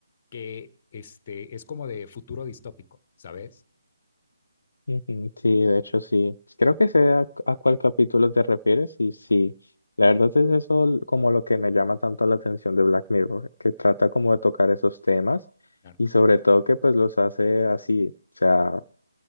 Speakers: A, on the left; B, on the left.
A: que este, es como de futuro distópico, ¿sabes?
B: Ujú, Sí, de hecho sí. Creo que sé a, a cuál capítulo te refieres y sí,
A: Ajá,
B: la verdad es eso l- como lo que me llama tanto la atención de Black Mirror, que trata
A: ajá,
B: como de tocar esos temas
A: claro.
B: y sobre todo que pues los hace así, o sea,